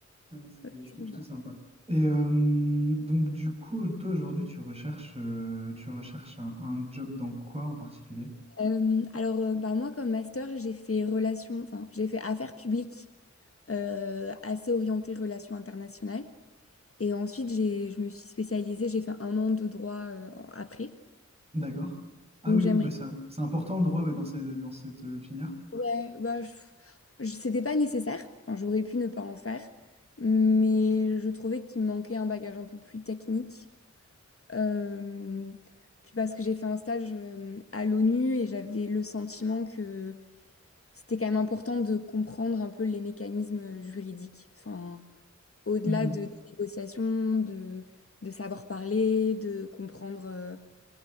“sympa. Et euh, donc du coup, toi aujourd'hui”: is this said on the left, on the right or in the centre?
Right